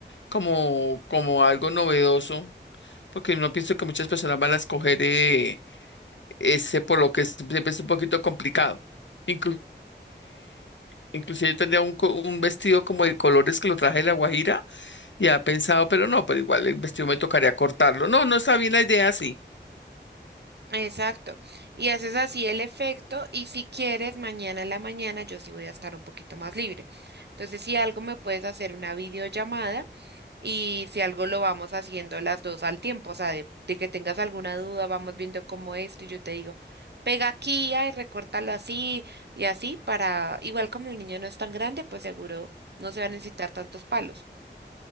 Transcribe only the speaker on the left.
como, como algo novedoso, porque no pienso que muchas personas van a escoger eh, ese por lo que es- siempre es un poquito complicado. Incluso, inclusive yo tendría un, co- un vestido como de colores que lo traje de La Guajira y ha pensado, pero no, pero igual el vestido me tocaría cortarlo. No, no está bien la idea así.